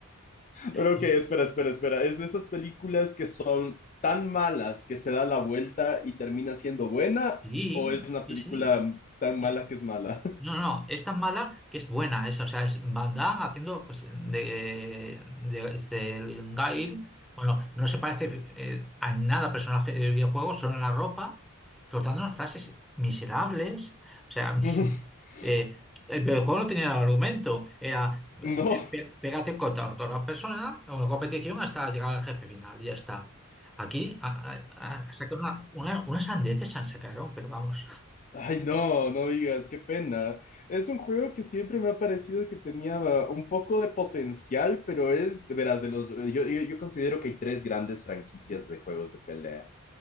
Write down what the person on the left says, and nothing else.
Pero
ok, espera, espera, espera. Es de esas películas que son tan malas que se da la vuelta y termina siendo buena,
o es una
película
tan mala
que es mala.
<laughs>
No,
ay no, no digas, qué pena. Es un juego que siempre me ha parecido que tenía un poco de potencial, pero es, verás, de los, yo, yo, yo considero que hay tres grandes franquicias de juegos de pelea.